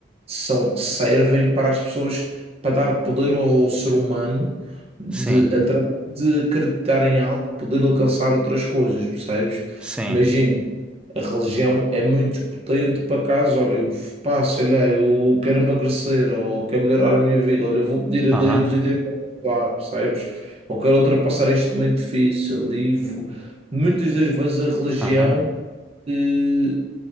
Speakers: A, on the right; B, in the centre.
A: são, servem para as pessoas para dar poder ao ser humano de,
B: Sim.
A: através de acreditar em algo, poder alcançar outras coisas, percebes?
B: Sim.
A: Imagina. A religião é muito potente para caso, olha, eu, pá, sei lá, eu quero emagrecer ou quero melhorar a minha vida, olha, eu vou pedir a
B: Aham.
A: Deus e Deus vai me ajudar, percebes? Ou quero ultrapassar este momento difícil. livro muitas das vezes a religião
B: Aham.
A: eh,